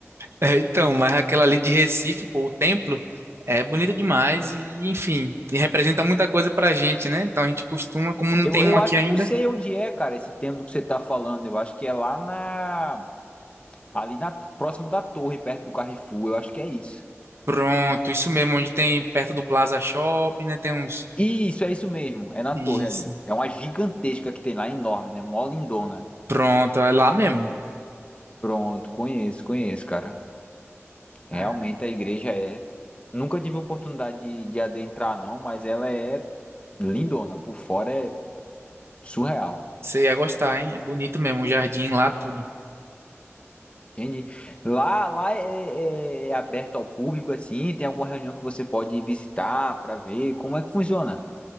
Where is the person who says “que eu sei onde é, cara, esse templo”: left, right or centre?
Left